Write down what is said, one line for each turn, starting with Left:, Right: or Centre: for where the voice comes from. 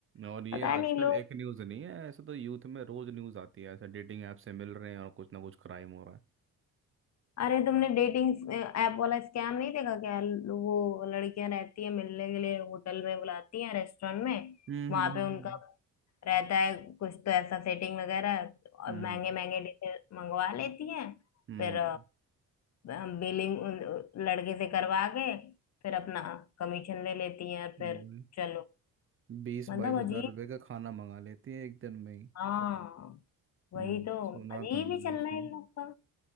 Right: और
Left: पता
Right: ये आजकल
Left: नहीं लोग
Right: एक न्यूज़ नहीं है ऐसे तो यूथ में रोज न्यूज़ आती है ऐसे डेटिंग ऐप से मिल रहे हैं और कुछ ना कुछ क्राइम हो रहा है
Left: अरे तुमने डेटिंग ऐप वाला स्कैम नहीं देखा क्या ल- वो लड़कियां रहती है मिलने के लिए होटल में बुलाती हैं रेस्टोरेंट में
Right: हम्म
Left: वहां
Right: हम्म
Left: पे उनका रहता है कुछ तो ऐसा सेटिंग वगैरह और
Right: हम्म,
Left: महंगे
Right: हम्म।
Left: महंगे डिशेज मंगवा लेती हैं
Right: हम्म
Left: फिर बिलिंग लड़के से करवा के फिर अपना कमीशन ले लेती हैं और
Right: हम्म
Left: फिर चलो
Right: बीस
Left: मतलब
Right: बाईस हजार
Left: अजीब
Right: रुपये का खाना मंगा लेती है एक दिन में ही
Left: हाँ वही
Right: हम्म
Left: तो
Right: सुना
Left: अजीब
Right: था मैंने
Left: ही चल
Right: उसके
Left: रहा है इन लोग का